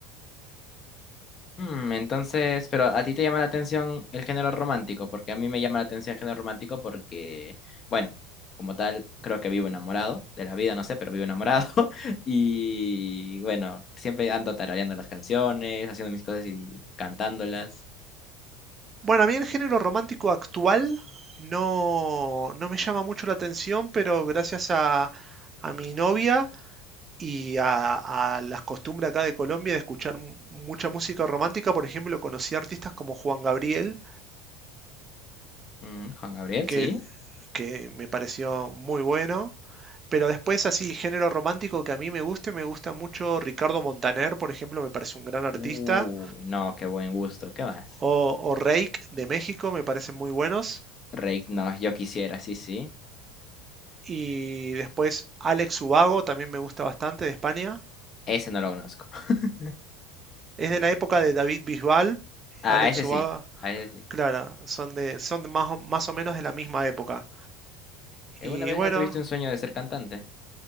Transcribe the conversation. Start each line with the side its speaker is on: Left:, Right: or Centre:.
Left: Mm, entonces, pero a ti te llama la atención el género romántico, porque a mí me llama la atención el género romántico porque, bueno, como tal, creo que vivo enamorado de la vida, no sé, pero vivo enamorado. <laughs> Y bueno, siempre ando tarareando las canciones, haciendo mis cosas y cantándolas.
Right: Bueno, a mí el género romántico actual no, no me llama mucho la atención, pero gracias a, a mi novia y a, a, las costumbres acá de Colombia de escuchar mu- mucha música romántica, por ejemplo, conocí a artistas como Juan Gabriel,
Left: Mm, Juan Gabriel,
Right: que
Left: sí.
Right: que me pareció muy bueno. Pero después así, género romántico que a mí me guste, me gusta mucho Ricardo Montaner, por ejemplo, me parece un gran artista.
Left: Uy, no, qué buen gusto. ¿Qué más?
Right: O, o Reik de México, me parecen muy buenos.
Left: Rake, no, yo quisiera, sí, sí.
Right: Y después Alex Ubago, también me gusta bastante, de España.
Left: Ese no lo conozco. <laughs>
Right: Es de la época de David Bisbal,
Left: Ah,
Right: Alex
Left: ese sí,
Right: Ubago,
Left: a ese sí.
Right: Clara, son, de, son más, o, más o menos de la misma época.
Left: ¿Alguna
Right: Y
Left: vez
Right: bueno,
Left: no tuviste un sueño de ser cantante?